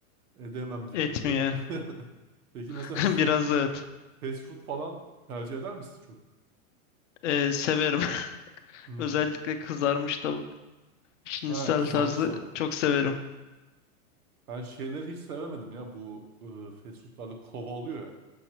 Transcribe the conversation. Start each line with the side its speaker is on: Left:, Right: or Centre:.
Right: edemem gibi
Left: Etmiyor.
Right: duruyor. <laughs> Peki
Left: <laughs>
Right: mesela fe-
Left: Biraz evet.
Right: fast food falan tercih eder misin çok?
Left: Ee, severim. <laughs>
Right: Hmm.
Left: Özellikle kızarmış tavuk. Şinisel
Right: Ha kızarmış
Left: tarzı
Right: tavuk.
Left: çok severim.
Right: Ben şeyleri hiç sevemedim ya bu eee fast foodlarda kova oluyor ya